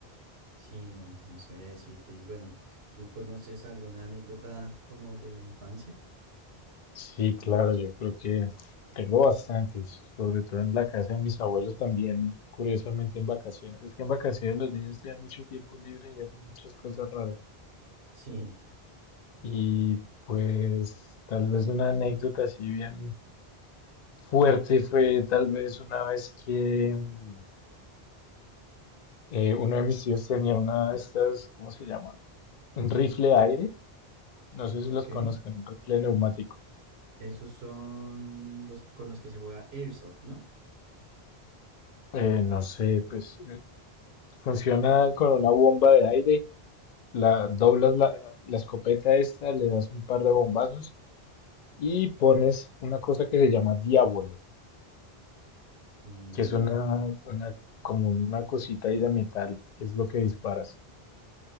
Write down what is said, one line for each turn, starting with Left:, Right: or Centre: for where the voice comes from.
Right: Sí, no, no sabría decirte. Y bueno, ¿tú conoces alguna anécdota como de la infancia?
Left: Sí, claro, yo creo que tengo bastantes, sobre todo en la casa de mis abuelos también, curiosamente en vacaciones. Es que en vacaciones los niños tienen mucho tiempo libre y hacen muchas cosas raras.
Right: Sí.
Left: Y pues tal vez una anécdota así bien fuerte fue tal vez una vez que mm, eh, uno de mis tíos tenía una de estas, ¿cómo se llama? Un rifle aire, no sé si
Right: Ok,
Left: los conocen, un rifle neumático.
Right: esos son los con los que se juega Airsoft, ¿no?
Left: Eh, no sé, pues eh, funciona con una bomba de aire la, doblas
Right: Y-
Left: la, la escopeta esta, le das un par de bombazos y pones una cosa que se llama diablo,
Right: No,
Left: que es
Right: no.
Left: una, una, como una cosita ahí de metal, que es lo que disparas.